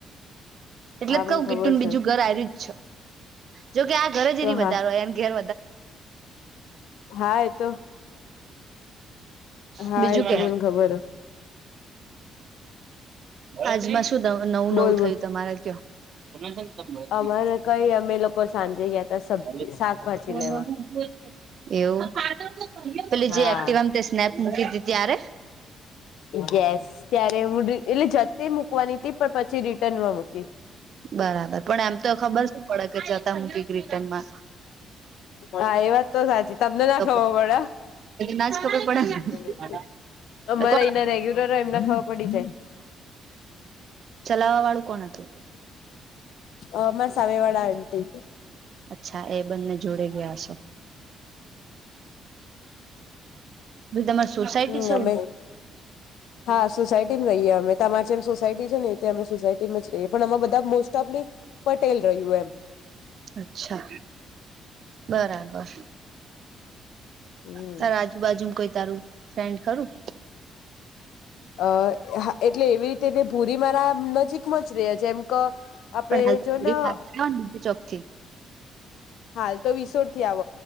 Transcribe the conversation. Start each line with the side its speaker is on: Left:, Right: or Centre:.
Right: એટલે
Left: હા
Right: જ
Left: મને
Right: કવું
Left: ખબર
Right: કીટુંનું
Left: છે
Right: બીજું ઘર આયરુ જ છ જોકે આ ઘર જ
Left: તો
Right: એ
Left: હા
Right: વધારે હોય એની ઘેર...
Left: હા એ તો
Right: <unintelligible>
Left: હા
Right: બીજું
Left: એ
Right: <inaudible>
Left: તો મને ખબર
Right: આજમાં શું નવું નવું
Left: હ
Right: નવું
Left: બોલ
Right: થયું
Left: બોલ
Right: તમારા ત્યાં? <unintelligible>
Left: અમારે કઈ અમે લોકો સાંજે ગયા તા સબ્જી શાકભાજી લેવા
Right: એવું પેલી
Left: હા
Right: જે એક્ટિવામ તે સ્નેપ મૂકી હતી ત્યારે
Left: યસ ત્યારે હું એટલે જતી મૂકવાની હતી પણ પછી રિટર્ન માં મૂકી.
Right: બરાબર પણ એમ તો ખબર શું પડે કે જતાં હ રિટનમા.
Left: હા એ વાત તો સાચી તમને ના
Right: તો
Left: ખબર
Right: ના જ ખબર પડે
Left: પડે.
Right: ને.
Left: અમારે
Right: કોણ
Left: એના રેગ્યુલર એમના ખબર પડી જાય.
Right: ચલાવાવાળું કોણ હતું?
Left: અ માર સામે વાડા આન્ટી
Right: અચ્છા એ બંને જોડે ગયા હશે. તો તમારી સોસાયટી
Left: હમ
Right: છે
Left: અમે હા સુસાઈડ રહીએ અમે તમારે જેમ સોસાયટી છે ને અમે સોસાયટીમાં જ રહીએ પણ અમે બધા મોસ્ટઓફલી પટેલ રહ્યું એમ
Right: અચ્છા બરાબર.
Left: હમ
Right: તારા આજુબાજુ કોઈ તારું ફ્રેન્ડ ખરું.
Left: અ હા એટલે એવી રીતે તે ભૂરી મારા નજીકમાં જ રહ્યા છે જેમ ક, આપણે
Right: પણ હાલ
Left: એ જો ન અ
Right: બાર ચોક થી
Left: હાલ તો વિસોરથી આવ.